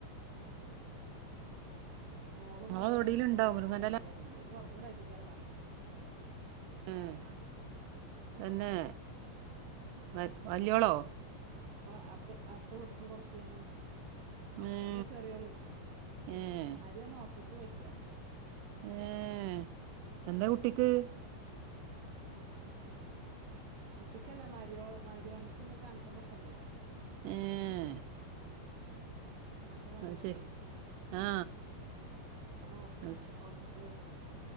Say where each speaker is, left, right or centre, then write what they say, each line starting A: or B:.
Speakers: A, on the right; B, on the right.
A: ഉം. മോളും
B: നിങ്ങളെ
A: മരുമോനും
B: തൊടിയിലുണ്ടോ
A: ചോറ് കഴിക്കാൻ
B: മുരുങ്ങൻ്റെ
A: വരേണ്ടിന്നേ
B: ഇല?
A: ജോലി പുറത്തിന്ന് കഴിക്കാ ഇരുന്നാൻ.
B: ഏഹ് തന്നെ വ വലിയാളോ.
A: ആഹ് അപ്പൊ അടുത്ത അടുത്ത വീടുക്കും കൊടുത്തു ഞാന്
B: <unintelligible>
A: അല്ല ചെറിയോള്
B: ഏ
A: ആര്യ ഒന്ന് ഹോസ്പിറ്റലിൽ പോയിരിക്കാ.
B: ഏഹ് എന്താ കുട്ടിക്ക്.
A: ഉം കുട്ടിക്കല്ല മരിയോ മരിയോനിക്ക് ഇന്ന് കാണിക്കേണ്ട ദിവസമല്ലേ.
B: ഏഹ്
A: മൂത്ത മരുമോൾക്കേ
B: ശരി ആ
A: അപ്പൊ ഇന്ന് ഹോസ്പിറ്റൽ
B: അത് ശ
A: ഹോസ്പിറ്റലിൽ പോയിക്കുന്നു.